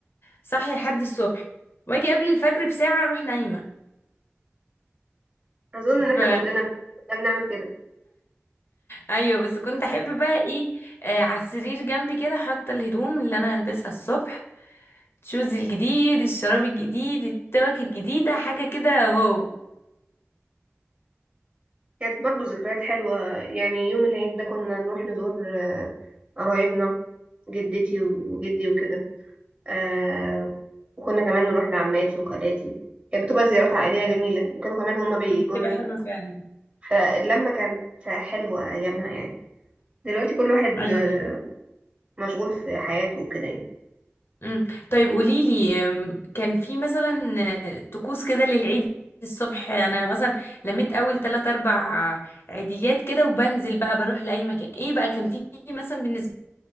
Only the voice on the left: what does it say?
صاحيه لحد الصبح واجي قبل الفجر بساعه اروح نايمه
ف
ايوه بس كنت احب بقى ايه آه على السرير جنبي كده حاطه الهدوم اللي انا هلبسها الصبح شوز الجديد الشراب الجديد التوك الجديدة حاجة كده واو
مم، بتبقى حلوة فعلا
ايوه
امم طيب قولي لي أم، كان في مثلا أه، طقوس كده للعيد الصبح انا مثلا لميت اول تلات اربع عيديات كده وبنزل بقى بروح لاي مكان ايه بقى كان في مثلا بالنسبه